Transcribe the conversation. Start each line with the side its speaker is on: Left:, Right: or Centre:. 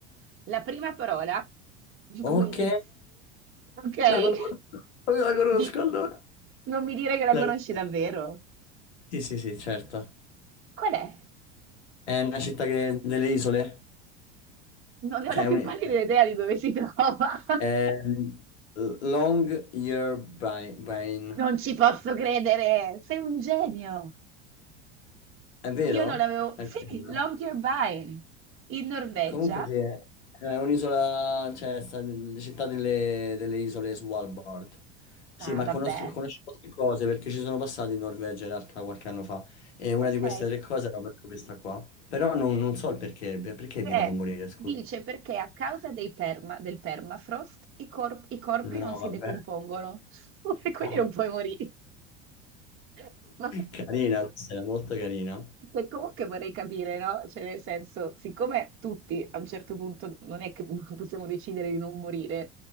Right: La prima parola di
Left: Ok,
Right: cui inizia, ok?
Left: la conosco, la conosco
Right: Di...
Left: allora.
Right: Non mi dire che la
Left: La
Right: conosci
Left: con-
Right: davvero.
Left: Sì, sì, sì, certo.
Right: Qual è?
Left: È una città che... delle isole?
Right: Non ne
Left: Cioè,
Right: ho la più
Left: è un... eh,
Right: pallida idea di dove si trova. <laughs>
Left: Ehm, Long Year Bri- Brain,
Right: Non ci posso credere, sei un genio.
Left: è vero?
Right: Io non l'avevo.
Left: È quello?
Right: Sì, Longyearbyen, in Norvegia.
Left: Comunque sì, è è un'isola, cioè sta nelle città delle, delle isole Svalbard. Sì,
Right: Ah,
Left: ma
Right: vabbè.
Left: conosco, conosco tre cose perché ci sono passato in Norvegia in realtà qualche anno fa e una
Right: Ok.
Left: di queste tre cose era proprio questa qua. Però non, non so il perché, perché è
Right: Eh,
Left: vietato morire, scusa.
Right: dice perché a causa dei perma- del permafrost i, cor- i corpi
Left: No,
Right: non si
Left: vabbè.
Right: decompongono <laughs> e quindi
Left: <laughs>
Right: non puoi morire. <laughs> Ma
Left: Carina, questa era molto carina.
Right: e comunque vorrei capire, no? Cioè, nel senso, siccome tutti a un certo punto non è che <laughs> possiamo decidere di non morire,